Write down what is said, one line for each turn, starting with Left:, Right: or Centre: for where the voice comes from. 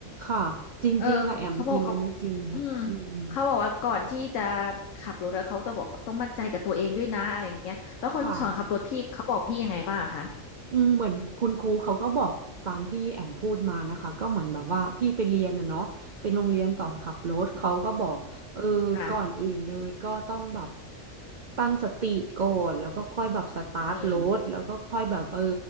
Right: ค่ะจริงจริงค่ะแอมจริงอันนี้จริงค่ะอืม
Left: เออเขาบอกเขาอืมเขาบอกว่าก่อนที่จะขับรถอะเขาต้องบอกต้องมั่นใจกับตัวเองด้วยนะอะไรอย่างเงี้ยแล้วคนสอนขับรถพี่เขาบอกพี่ยังไงบ้างอะคะ
Right: ค่ะอืมเหมือนคุณครูเขาก็บอกตามที่แอมพูดมานะคะก็เหมือนแบบว่าพี่ไปเรียนนะเนาะเป็นโรงเรียนสอนขับรถเขาก็บอกเออก่อนอื่นเลยก็ต้องแบบ
Left: อืมค่ะ
Right: ตั้งสติก่อนแล้วก็ค่อยแบบสตาร์ทรถแล้วก็ค่อยแบบเออ
Left: อืม